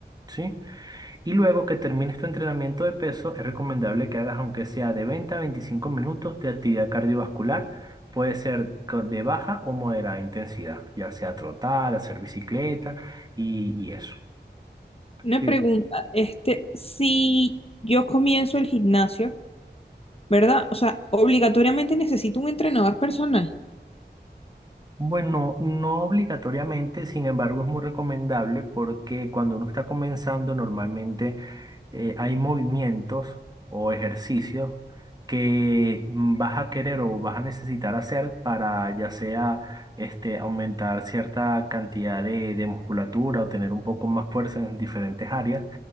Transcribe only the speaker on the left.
Una
pregunta, este, si yo comienzo el gimnasio, ¿verdad? O sea, obligatoriamente necesito un entrenador personal.